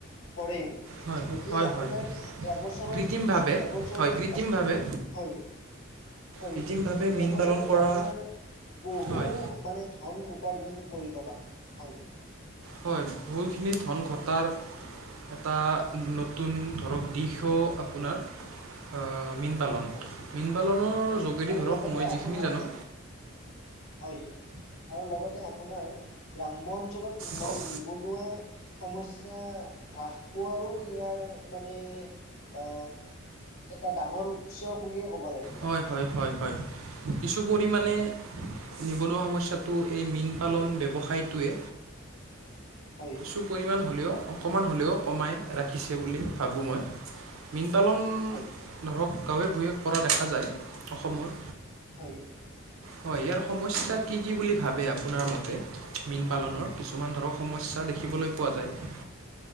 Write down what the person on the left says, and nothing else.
কৰিম
তেতিয়া
আপোনাৰ
এবছৰত-এবছৰত
হয়-হয়,
এবছৰত
আপোনাৰ বহু
মানে ধন উপাৰ্জন কৰিব পাৰি, হয়।
হয়
হয়
আৰু
লগতে
আপোনাৰ
হয় আৰু লগতে আপোনাৰ গ্ৰাম্য অঞ্চলত
মানে নিবনুৱা সমস্যা হ্ৰাস পোৱাৰো ইয়াৰ মানে আ এটা ডাঙৰ উৎস বুলিয়ে ক'ব লাগে
হয়।
হয়
হয়।